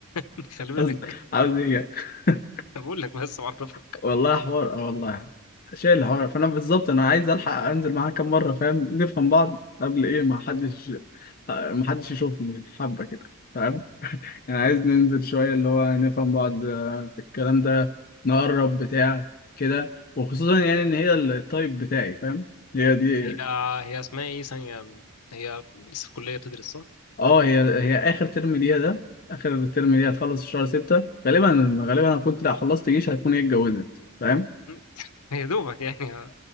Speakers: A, on the left; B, on the left.
A: <laughs> خلي بالك
B: قصد- عاوز ايه يعني <laughs>
A: أنا بقول لك بس معرفك
B: والله حوار اه والله شايل الحوار فانا بالظبط انا عايز الحق انزل معاها كام مره فاهم نفهم بعض قبل ايه ما حدش ما حدش يشوفني حبه كده فاهم يعني عايز ننزل شويه اللي هو نفهم بعض آه، الكلام ده نقرب بتاع كده وخصوصا يعني ان هي التايب بتاعي فاهم هي دي
A: هي هي اسمها ايه ثانيه هي لسه في الكليه بتدرس صح
B: اه هي هي اخر ترم ليها ده اخر ترم ليها هتخلص في شهر ستة غالبا غالبا هكون لا خلصت جيش هتكون هي اتجوزت فاهم
A: <laughs> هي دوبك يعني اه